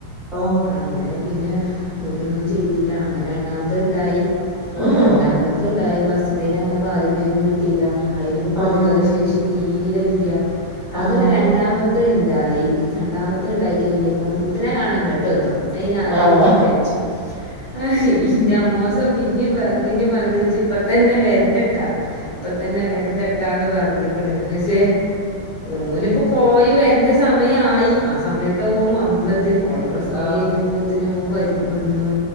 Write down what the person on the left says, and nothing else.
അങ്ങനെ പിന്നെ ഓലൊന്നും ചെയ്തില്ല അങ്ങനെ രണ്ടാമത്തെ ഇണ്ടായി.
രണ്ടാമത്ത ഉണ്ടായി ഫസ്റ്റത്തെന് അങ്ങനെ പാലുകുടിയൊന്നും കിട്ടിയില്ല അതിനി ഇപ്പോ പ്രതിരോധ
ശേഷി <unintelligible> അങ്ങനെ
രണ്ടാമത്തെ ഉണ്ടായി രണ്ടാമത്തെ ഉണ്ടായി കഴിഞ്ഞപ്പം കുട്ടിനെ കാണാൻ ഇങ്ങട് വന്നു. അയിനാലെ
പിന്നി പെഴച്ച് ആഹ് ഇന്റെ അമ്മോസം പിന്നി പ പിന്നി പറഞ്ഞക്കണ് ഇജ്പ്പത്തന്നെ വരന്റട്ടോ ഇപ്പ തന്നെ വരന്റട്ടാന്ന് പറഞ്ഞക്കണ് പക്ഷേ ഓനിപ്പൊ പോയി വരണ്ട സമയായി ആഹ് സമയത്ത ഓൻ വന്നത് ഓള് പ്രസവം
കഴിഞ്ഞപ്പൊത്തിന് ഓൻവര് വന്നൂ.